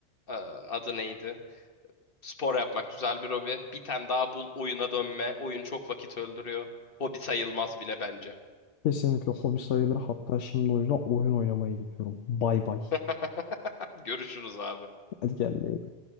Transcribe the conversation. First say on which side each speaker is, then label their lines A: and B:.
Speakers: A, on the left; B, on the left.
A: eee, adı neydi? Spor yapmak güzel bir hobi. Bir tane daha bul, oyuna dönme. Oyun çok vakit öldürüyor. Hobi sayılmaz bile bence.
B: Kesinlikle hobi sayılır hatta şimdi o yüzden oyun oynamaya gidiyorum. Bay bay.
A: <laughs> Görüşürüz abi.
B: Hadi kendine iyi bak.